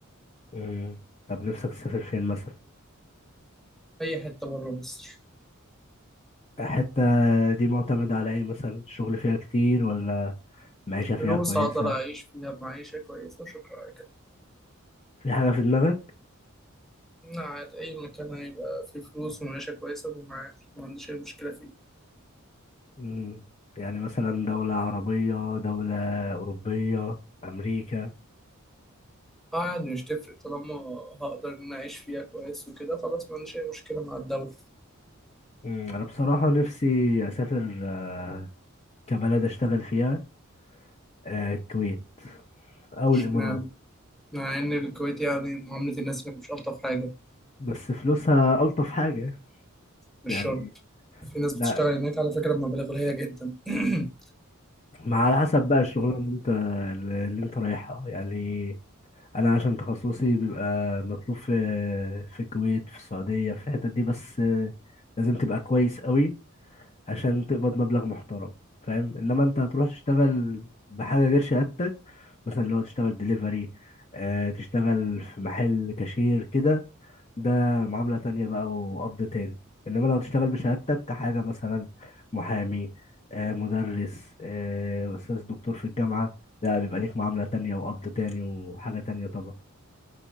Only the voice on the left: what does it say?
مم. طب نفسك تسافر فين مثلا؟
الحتة دي معتمدة على ايه مثلا؟ الشغل فيها كتير ولا معيشة فيها
كويسة؟
في حاجة في دماغك؟
مم. يعني مثلا دولة عربية دولة أوروبية أمريكا
مم. أنا بصراحة نفسي أسافر آه، كبلد اشتغل فيها آه الكويت او
الامارات
بس فلوسها الطف حاجه
يعني
لا
مع على حسب بقى الشغلانه اللي انت اللي انت رايحها يعني انا عشان تخصصي بيبقى مطلوب في في الكويت في السعوديه في الحتت دي بس آه، لازم تبقى كويس قوي عشان تقبض مبلغ محترم فاهم انما انت هتروح تشتغل بحاجه غير شهادتك مثلا لو تشتغل ديليفري تشتغل في محل كاشير كده ده معاملة تانية بقى وقبض تاني إنما لو تشتغل بشهادتك كحاجة مثلا محامي آه مدرس آه أستاذ دكتور في الجامعة لا بيبقى ليك معاملة تانية وقبض تاني وحاجة تانية طبعا